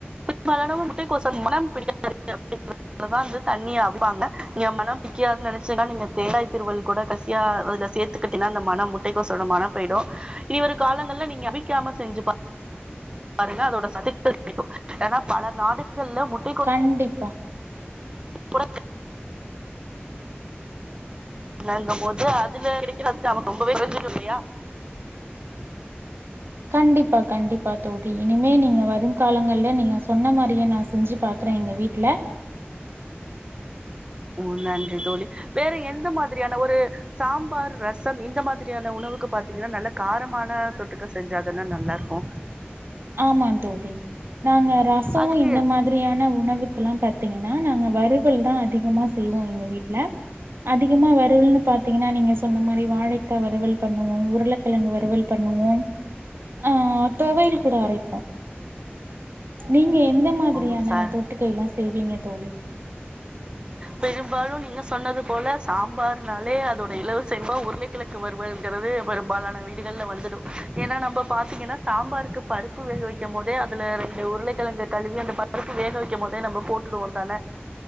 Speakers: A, on the right (about 25°); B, on the right (about 65°).
A: பெரும்பாலானவும் முட்டைக்கோஸோட மணம் பிடிக்காது என்பதால் வந்து தண்ணிய அவி ப்பாங்க நீங்க மணம் பிடிக்காதுன் நெனைச்சீங்ன்னா நீங்க தேங்காய் திருவல் கூட கசியா அதுல சேத்து ட்டீன்னா அந்த மணம் முட்டைக்கோசோட மணோ போய்டு இனி வரு காலங்கள்ல நீங்க அவிக்காம செஞ்சு பா பாருங்க அதோட சத்துக்கள் கிடைக்கு னா பல நாடுகள்ல முட்
B: கண்டிப்பா
A: கூட பண்ணங்கம்போது அதுல கிடைக்கிற சத்து அளவு ரொம்பவே கொறஞ்சிடு இல்லையா
B: கண்டிப்பா கண்டிப்பா தோழி இனிமே நீங்க வரு காலங்கள்ல நீங்க சொன்ன மாரியே நா செஞ்சு பாக்கறே எங்க வீட்ல
A: ம் நன்றி தோழி வேற எந்த மாதிரியான ஒரு சாம்பார், ரசம் இந்த மாதிரியான உணவுக்கு பாத்தீங்கன்னா நல்ல காரமான தொட்டுக்க செஞ்சா தான நல்லார்க்கு
B: ஆமாம் தோழி நாங்க ரசமு
A: அதுக்கு
B: இந்த மாதி ரியான உணவுக்குல்லா பாத்தீங்கன்னா நாங்க வறுவல் தா அதிகமா செய்வோ எங்க வீட்ல அதிகமா வறுவல்னு பாத்தீங்கன்னா நீங்க சொன்ன மாரி வாழைக்கா வறுவல் பண்ணுவோம் உருள க்கிழங்கு வறுவல் பண்ணுவோம் அ தொவையல் கூட அரைப்போ நீங்க எந்த மாதிரியான
A: ஓ ச
B: தொட்டுக்க எல்லா செய்வீங்க தோழி
A: பெரும்பாலு நீங்க சொன்னதுப்போல சாம்பார்னாலே அதோட இலவச இணைப்பா உருளைக்கிழ ங்கு வறுவல்ங்கிறது பெரும்பாலான வீடுகள்ல வந்துடு ஏனா நம்ப பாத்தீங்கன்னா சாம்பாருக்கு பருப்பு வேக வைக்கும் போதே அதுல ரெண்டு உருளைக்கெழங்க கழுவி அந்த பருப்பு வேக வைக்கும் போதே நம்ம போட்டுடுவோ தான